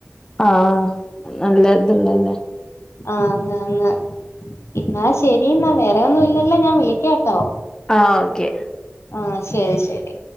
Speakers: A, on the left; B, on the left.
A: ആഹ് നല്ല ഇതള്ളല്ലേ
B: ആഹ് ന്നാന്ന് ഇന്നാ ശരി ഇന്നാ വേറെ ഒന്നും ഇല്ലല്ലോ ഞാൻ വിളിക്കാട്ടോ
A: ആഹ് ഓക്കെ
B: ആഹ് ശരി ശരി